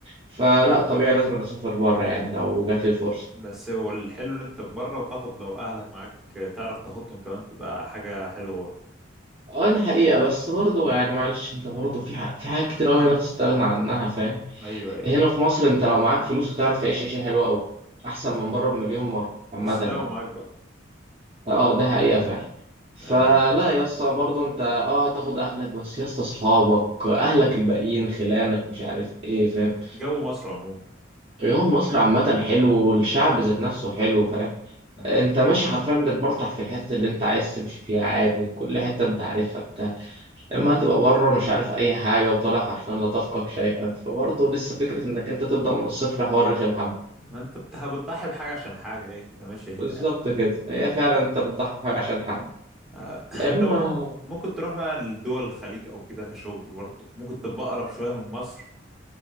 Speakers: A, on the right; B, in the centre.
A: فلا طبيعي لازم أسافر بره يعني لو جات لي الفرصة
B: بس هو الحلو ان انت بره وتاخد لو اهلك معاك آه، تعرف تاخدهم كمان تبقى حاجة حلوة برضه
A: اه دي حقيقة بس برضه يعني معلش انت برضه في ح- في حاجات كتير اوي هنا بتستغنى عنها فاهم
B: ايوه ايوه
A: هنا في مصر انت لو معاك فلوس هتعرف تعيش عيشة حلوة اوي احسن من بره بمليون مرة عامة
B: بس
A: يعني
B: لو معاك بقى
A: اه ده حقيقة فعلا فلا
B: آه
A: يا اسطى برضه انت اه هتاخد اهلك بس يا اسطى اصحابك اهلك الباقيين خلانك مش عارف ايه فاهم
B: جو مصر عموما
A: هو مصر عامة حلو والشعب ذات نفسه حلو فاهم
B: مم.
A: انت ماشي حرفيا بتبرطح في الحتت اللي انت عايز تمشي فيها عادي كل حتة انت عارفها بتاع لما تبقى بره مش عارف اي حاجه وطالع حرفيا لا تفقه شيئا فبرضه لسه فكره انك انت تبدا من الصفر حوار رخم حبه
B: ما انت بتح- بتضحي بحاجة عشان حاجة هي كده ماشية كده
A: بالظبط كده هي فعلا
B: يعني
A: انت بتضحي بحاجة عشان حاجه
B: آه، <clears throat>
A: لا اما
B: انت ممكن تروح بقى لدول الخليج او كده كشغل برضه ممكن تبقى اقرب شويه من مصر